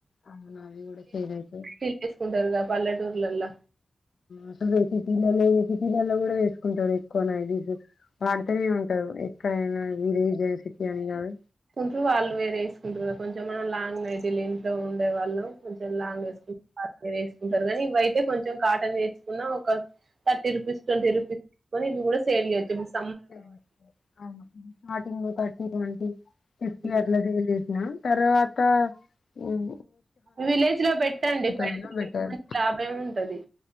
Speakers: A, on the left; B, on the right.
A: అవును అవి కూడా ఫెయిల్ అయితాయి
B: ఫీల్సుకుంటారు పల్లెటూర్లలా
A: అసలు వేసి పలల్లో వేసి పలల్లో కూడా వేసుకుంటాారు ఎక్కువ నైటీస్ వా అడుతనే ఉంటారు ఎక్కడైనా వరే జన సిటీ అని కాదు
B: కుంట్రు వాళ్ళు వేరే వేసుకుంటారు కొంచెం మనం లాంగ్ నైటీలు ఇంట్లో ఉండే వాళ్ళు లాంగస్ మీరు వేసుకుంటారు కాగానీ ఇవయితే కొంచెం కాటన్ వేచుకున్న ఒక థర్టీ రూపీస్ ట్వంటీ రూపీస్ పోనీ ఇది కూడా సెళ్లిచెస్
A: సరే సరే అవును ఇంకాయేంటి యేటి
B: ఉమ్.
A: ఆట్లా డీల్ తరవాత హుం
B: విలేజ్ లో పెట్టండి పెడితే
A: అయినా బెటర్
B: మంచి లాభం ఉంటది